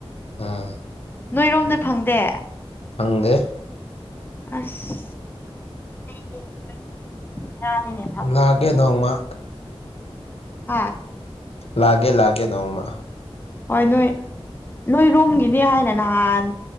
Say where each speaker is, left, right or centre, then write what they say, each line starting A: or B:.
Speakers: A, on the left (about 75°); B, on the left (about 20°).
A: ꯎꯥ
B: ꯅꯣꯏꯔꯣꯝꯗ ꯐꯪꯗꯦ
A: ꯐꯪꯗꯦ
B: ꯑꯁ ꯑꯩ ꯅꯣꯏꯒꯤꯗꯤ ꯄꯔꯥꯗꯤꯅꯦ
A: ꯂꯅꯥꯒꯦ ꯅꯣꯡꯃ
B: ꯍꯥꯥ
A: ꯂꯦ ꯂꯦ ꯅꯥꯎꯃ
B: ꯍꯣꯏ ꯅꯣꯏ ꯅꯣꯏ ꯔꯨꯝꯝꯒꯤꯅꯦ ꯍꯥꯏꯅ ꯅꯍꯥꯟ